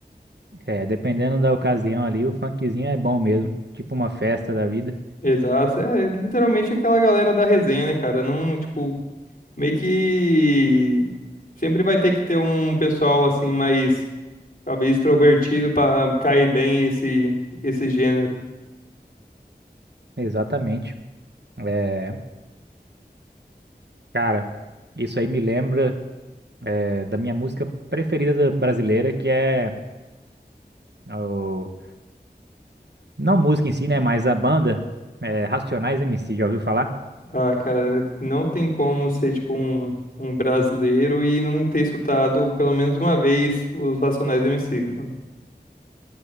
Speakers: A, on the right; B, on the left.
A: é, dependendo da ocasião ali, o funkzinho é bom mesmo. Tipo uma festa da vida.
B: Exato, é literalmente aquela galera da resenha, né, cara? Não, tipo, meio que sempre vai ter que ter um pessoal assim mais talvez extrovertido pra cair bem esse esse gênero.
A: Exatamente. É, cara, isso aí me lembra é, da minha música preferida da- brasileira, que é o, não música em si, né? Mas a banda é, Racionais MC, já ouviu falar?
B: Ah, cara, não tem como ser, tipo, um, um brasileiro e não ter escutado pelo menos uma vez os Racionais MC, mano.